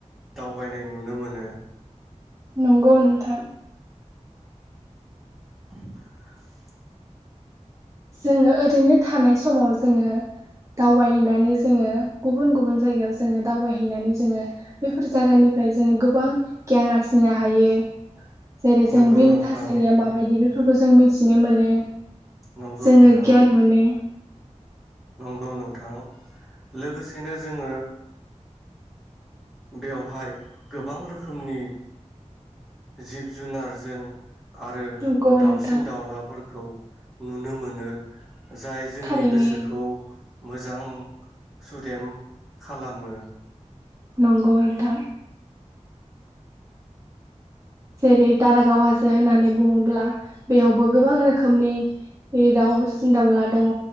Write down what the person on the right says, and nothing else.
नंगौ नोंथां।
जोङो ओरैनो थानाय समाव जोङो दावबायहैनानै जोङो गुबुन गुबुन जायगायाव जोङो दावबायहैनानै जोङो बेफोर जायगानिफ्राय जोङो गोबां गियान आर्जिनो हायो। जेरै जों
बेनि
थासारिया माबायदि बे फोरखौ जों मिथिनो मोनो।
जोङो
गियान मोनो।
नंगौ
नोंथां
थारैनो
नंगौ नोंथां। जेरै दारागाव हाजो होननानै बुङोब्ला बेयावबो गोबां रोखोमनि दाउसिन दाउला दङ।